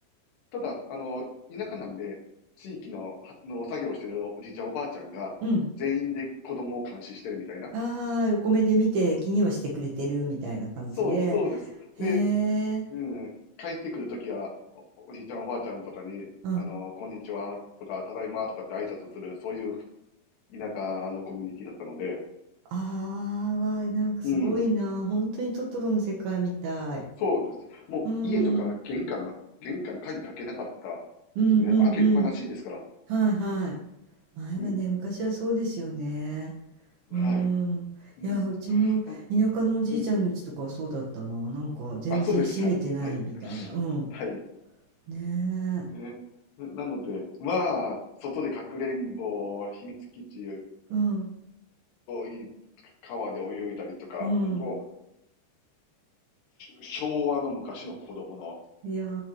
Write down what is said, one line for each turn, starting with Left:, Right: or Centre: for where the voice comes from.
Left: ただ、あの、田舎なんで、地域の、はの作業してるおじいちゃんおばあちゃんが、
Right: うん。
Left: 全員で子供を監視してるみたいな。
Right: ああ、横目で見て気にはしてくれてるみたいな感じで、
Left: そう、そうです。
Right: へえ、
Left: で、うん、帰ってくるときはお、おじいちゃんおばあちゃんとかに、
Right: うん。
Left: あの、
Right: あ
Left: こんにちはとか、ただいまとかって挨拶する、そういう田舎のコミュニティだったので、
Right: あ、うわ、なんかすごいな。
Left: うん、
Right: 本当にトトロの世界みたい。
Left: そうです。もう家とか玄関、
Right: うん、うん
Left: 玄関鍵かけなかったですね。
Right: うんうん。
Left: 開けっぱなしですから。
Right: はいはい。前はね、
Left: うん、
Right: 昔はそうですよね。
Left: はい。
Right: うん。
Left: うん、
Right: いや、うちも田舎のおじいちゃんの家とかはそうだったな。
Left: あうん、
Right: なんか全然閉めてないみたいな。
Left: あ、そうでした。はい。
Right: うん。
Left: はい。
Right: ねえ。
Left: ね。な、なので、まあ、外でかくれんぼ、秘密基地、泳
Right: うん、
Left: い、川で泳いだりとか、
Right: うん。
Left: 本当昭和の昔の子供の
Right: いやー